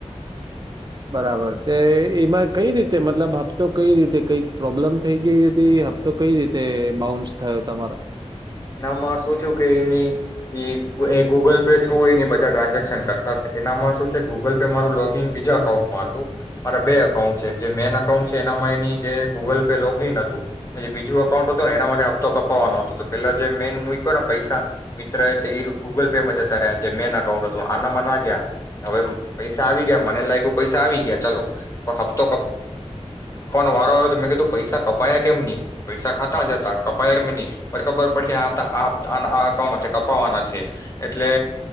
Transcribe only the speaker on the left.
ના એમાં શું થયું કે એની ઈ એ ગૂગલ પે થ્રુ એની બધા ટ્રાન્ઝેક્શન કરતા તો એનામાં શું છે ગુગલ પે મારું લોગિન બીજા અકાઉન્ટમાં હતું મારા બે અકાઉન્ટ છે જે મેન અકાઉન્ટ છે એનામાં એની જે ગૂગલ પે લોગિન હતું અને જે બીજું અકાઉન્ટ હતું ને એના માટે હપ્તો કપાવવાનો હતો તો. પેલા જે મેન મૂક્યો ને પૈસા મિત્ર એ તો ઈ ગૂગલ પે માં જતા રહ્યા જે મેન અકાઉન્ટ હતું આનામાં ના ગયા હવે પૈસા આવી ગયા મને લાગ્યું પૈસા આવી ગયા ચાલો પણ હપ્તો કપાવવાનો વારો આવ્યો મેં કીધું કે પૈસા કપાયા કેમ નહી પૈસા ખાતામાં જ હતા કપાયા કેમ નહી. પછી ખબર પડી કે આ તા આનાઆ અકાઉન્ટમાંથી કપાવવાના નથી એટલે